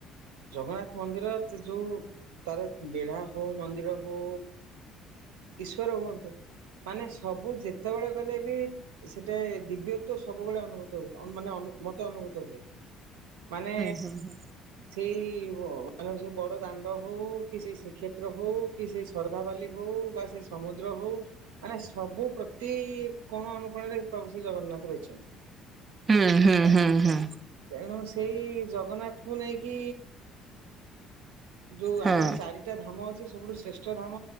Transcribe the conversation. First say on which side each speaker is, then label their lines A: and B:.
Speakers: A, on the right (about 75°); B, on the right (about 35°).
A: ଜଗନ୍ନାଥ ମନ୍ଦିର ଯୋଉ ତାର ବେଢା ହଉ ମନ୍ଦିର ହଉ ଈଶ୍ୱର ହୁଅନ୍ତୁ ମାନେ ସବୁ ଯେତେବେଳେ ଗଲେ ବି ସେଟା ଦିବ୍ୟତ୍ଵ ସବୁବେଳେ ଅନୁଭୂତ ମାନେ ମତେ ଅନୁଭୂତ ହୁଏ। ମାନେ
B: ହୁଁ ହୁଁ ହୁଁ।
A: ସେଇ ମାନ ସେ ବଡ ଦାଣ୍ଡ ହଉ କି ସେଇ ଶ୍ରୀକ୍ଷେତ୍ର ହଉ କି ସେଇ ଶ୍ରଦ୍ଧା ବାଲି ହଉ ବା ସେ ସମୁଦ୍ର ହଉ ମାନେ ସବୁ ପ୍ରତି କୋଣ ଅନୁକୋଣରେ ପ୍ରଭୁ ଶ୍ରୀ ଜଗନ୍ନାଥ ରହିଛନ୍ତି।
B: ହୁଁ ହୁଁ ହୁଁ ହୁଁ
A: ତେଣୁ ସେଇ ଜଗନ୍ନାଥଙ୍କୁ ନେଇକି କି ଯୋଉ
B: ହଁ
A: ଆମର ଚାରିଟା ଧାମ ଅଛି ସବୁଠୁ ଶ୍ରେଷ୍ଠ ଧାମ